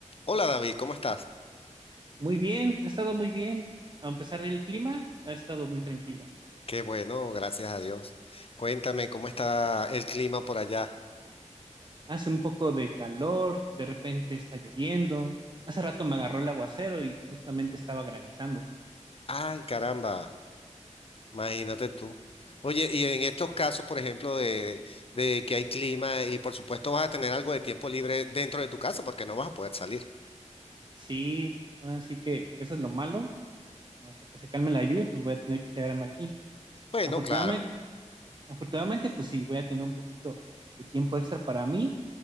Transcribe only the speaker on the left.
Hola David, ¿cómo estás?
Qué bueno, gracias a Dios. Cuéntame cómo está el clima por allá.
Ay, caramba, imagínate tú. Oye, y en estos casos, por ejemplo, de, de que hay clima y por supuesto vas a tener algo de tiempo libre dentro de tu casa porque no vas a poder salir.
Bueno,
claro.